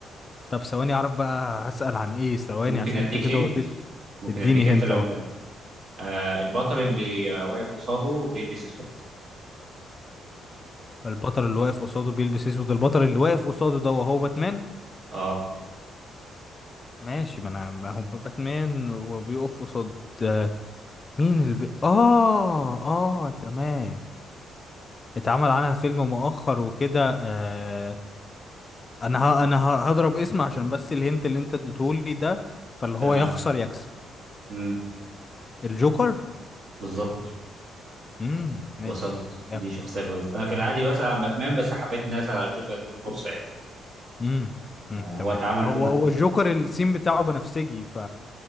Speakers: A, on the left; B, on the right.
A: طب ثواني اعرف بقى هسأل عن ايه ثواني
B: ممكن
A: عشان
B: اديك
A: انت كده
B: هنت
A: وديتني
B: ممكن
A: اديني
B: اديك هنت
A: هنت
B: لو
A: اه
B: انت آه البطل اللي آه، واقف قصاده بيلبس اسود
A: البطل اللي واقف قصاده بيلبس اسود البطل اللي واقف قصاده ده وهو باتمان
B: اه
A: ماشي ما انا ما هو باتمان وبيقف قصاد آه، مين الف... اه اه تمام اتعمل عنها فيلم مؤخر وكده آه انا ه... انا ه... هضرب اسم عشان بس الهنت اللي انت اديتهولي ده فاللي
B: تمام
A: هو يخسر يكسب
B: امم
A: الجوكر
B: بالظبط
A: امم ماشي
B: وصلت دي
A: يب
B: شخصيه كويسه انا في العادي بسال عن باتمان بس حبيت اني اسال على الجوكر اديله فرصه يعني
A: امم أمم،
B: آه
A: تمام
B: هو اتعمل
A: هو
B: فيلم
A: هو الجوكر السين بتاعه بنفسجي ف